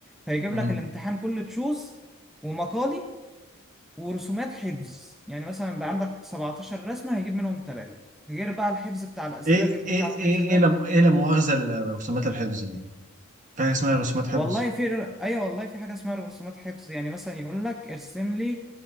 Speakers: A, in the centre; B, on the right (about 35°).
A: فيجيب
B: مم.
A: لك الامتحان كله تشوز ومقالي ورسومات حفظ يعني مثلا بقى مم. عندك 17 رسمة هيجيب منهم ثلاثة غير بقى الحفظ بتاع الأسئلة
B: ايه
A: غير
B: ايه
A: بتاع الحفظ
B: ايه
A: ده
B: ايه لا ايه لا مؤاخذه الرسومات الحفظ دي في حاجه اسمها رسومات حفظ
A: والله في أيوة والله في حاجة اسمها رسومات حفظ يعني مثلا يقول لك ارسم لي